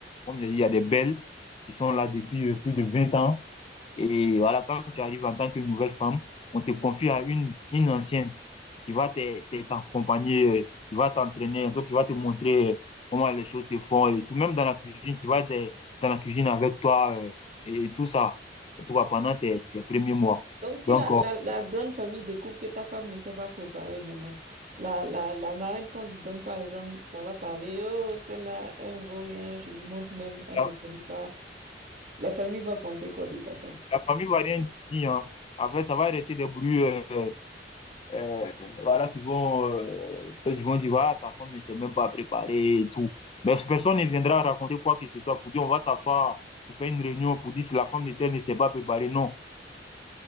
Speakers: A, on the left; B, on the right.
A: comme je dis, il y a des belles qui sont là depuis euh, plus de vingt ans Et voilà, quand tu arrives en tant que nouvelle femme, on te confie à une, une ancienne qui va t'e- t'e- t'accompagner, euh, qui va t'entraîner, donc qui va te montrer euh, comment les choses se font et tout, même dans la cuisine, qui va être euh, dans la cuisine avec toi euh, et, et tout ça, en tout cas pendant tes, tes premiers mois.
B: Donc, si
A: Donc,
B: la,
A: euh,
B: la, la grande famille découvre que ta femme ne s'est pas préparée maintenant, la, la, la marraine qu'on lui donne, par exemple, s'en va parler, oh, celle-là, elle ne vaut rien, je lui montre même, elle
A: la,
B: ne connaît pas. La famille va penser quoi de ta femme?
A: la famille va rien dire, hein. Après, ça va rester des bruits. euh, euh, voilà, qui vont, euh, peut-être ils vont dire, ah, ta femme ne s'est même pas préparée et tout. Mais personne ne viendra raconter quoi que ce soit pour dire, on va s'asseoir pour faire une réunion pour dire si la femme de tel ne s'est pas préparée. Non.